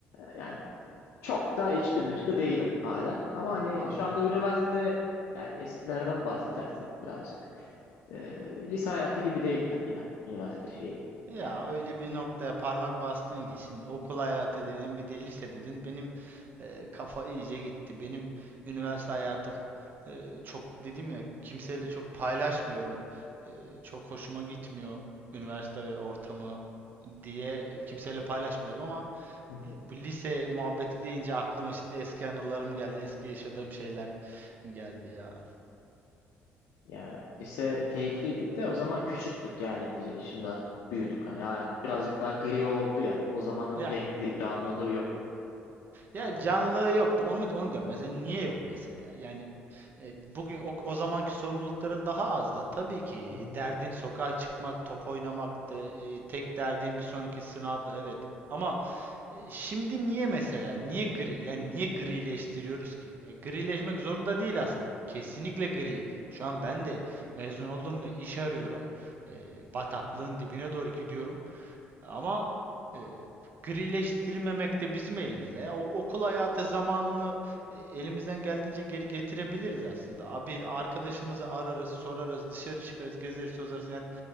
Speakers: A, on the left; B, on the right.
A: yani çok da içli dışlı değilim halen. Ama hani
B: anladım.
A: şu anda üniversite yani eskilerden bahsedersek birazcık eee, lise hayatı gibi değil tabii ya üniversite şeyi.
B: Ya
A: Yani.
B: öyle bir noktaya parmak bastın ki şimdi okul hayatı dedin bir de lise dedin benim e, kafa iyice gitti. Benim üniversite hayatım e, çok dedim ya kimseyle çok paylaşmıyorum. E, çok hoşuma gitmiyor üniversite ve ortamı diye kimseyle paylaşmıyordum ama
A: <laughs>
B: e, bu lise muhabbeti deyince aklıma şimdi eski anılarım geldi. Eski yaşadığım şeyler geldi ya.
A: Yani lise keyifliydi. Bir de o zaman küçüktük yani neticede. Şimdi artık büyüdük. Hani hayat birazcık daha gri oldu ya. O zamanın
B: Ya
A: renkli canlılığı yok.
B: ya
A: Hani
B: canlılığı yoktu. Onu onu diyorum. Mesela niye yok mesela? Yani E, bugün o, o zamanki sorumlulukların daha azdı. Tabii ki
A: hı hı,
B: derdin sokağa çıkmak, top oynamaktı. E, tek derdin bir sonraki sınavdı. Evet. Ama e, şimdi niye mesela? Niye gri? Yani niye grileştiriyoruz ki? E, grileşmek zorunda değil aslında. Kesinlikle gri. Şu an
A: hı
B: ben
A: hı.
B: de mezun oldum ve iş arıyorum. E, bataklığın dibine doğru gidiyorum. Ama e, grileştirmemek de bizim elimizde. Ya, o, okul hayatı zamanını e, elimizden geldiğince geri getirebiliriz aslında. A- Bir arkadaşımızı ararız, sorarız, dışarı çıkarız, gezeriz, tozarız. Yani